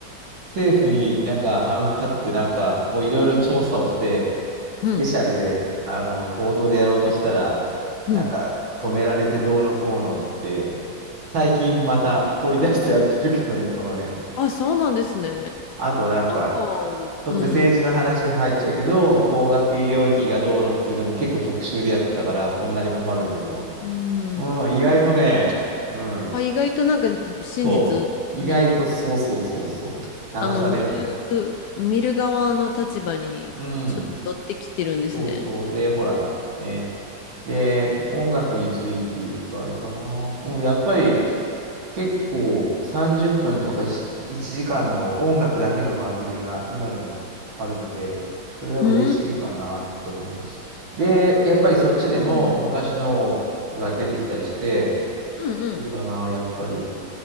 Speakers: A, on the right; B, on the left.
A: 政府になんか歯向かってなんか、こういろいろ調査をして、
B: うん。
A: スペシャルで、あの、報道でやろうとしたら、
B: うん。
A: なんか止められてどうのこうのって、最近また掘り出してやってるけどね、その辺。
B: あ、そうなんですね。
A: あとなんか、
B: なんか、
A: ちょっと政治の話入っちゃうけど、
B: うん。
A: 高額医療費がどうのっていうのも結構特集でやってたから、こんなに困るっていうの
B: うん。
A: も。うん、意外とね、うん。
B: あ、意外となんか真実に、
A: そう。意外とそうそうそうそう。流されないと。
B: あの、見る、見る側の立場にちょっと寄ってきてるんですね。
A: うん。そうそう。で、ほら、ね。で、音楽について言うとあれかな。うん、やっぱり結構30分とか1時間の音楽だけの番組が今でもあるので、それは嬉しいかなと思います。
B: うん。
A: で、やっぱりそっちでも昔のが出てきたりして、
B: うんうん。
A: そうだな、やっぱり。